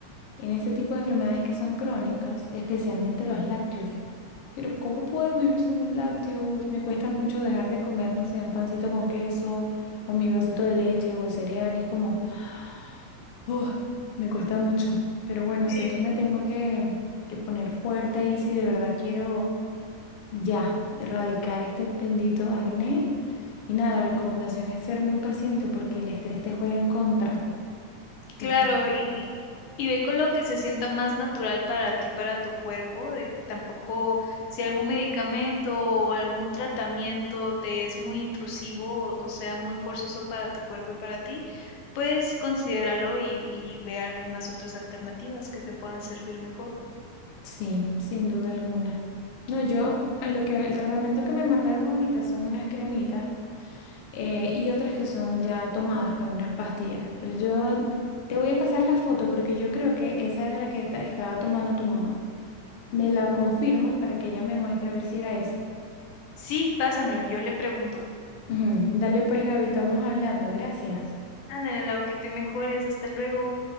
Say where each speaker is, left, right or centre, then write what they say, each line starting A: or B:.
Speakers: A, on the left; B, on the left.
A: en ese tipo de enfermedades que son crónicas, especialmente los lácteos. Pero ¿cómo puedo vivir sin los lácteos? Me cuesta mucho dejar de comer, no sé, un pancito con queso o mi vasito de leche o de cereal. Es como, <gasps> oh, me cuesta mucho. Pero bueno,
B: Sí,
A: sé que me tengo que, que poner fuerte ahí si de verdad quiero ya erradicar este bendito acné. Y nada, la recomendación es ser muy paciente porque el estrés te juega en contra,
B: Claro,
A: definitivamente.
B: y, y ve con lo que se sienta más natural para ti, para tu cuerpo. de- tampoco si algún medicamento o algún tratamiento te es muy intrusivo o, o sea muy forzoso para tu cuerpo y para ti, pues considéralo y, y ve algunas otras alternativas que te puedan servir mejor.
A: Sí, sin duda alguna. No, yo, lo que el tratamiento que me mandaron ahorita son unas cremitas eh, y otras que son ya tomadas con unas pastillas. Pero yo te voy a pasar la foto porque yo creo que esa era la que ta- estaba tomando tu mamá. Me la confirmas para que ella me muestre a ver si era esa.
B: Sí, pásamelo, yo le pregunto.
A: Ujú. Dale pues, Gaby, estamos hablando. Gracias.
B: Ándale, lo que te mejores, hasta luego.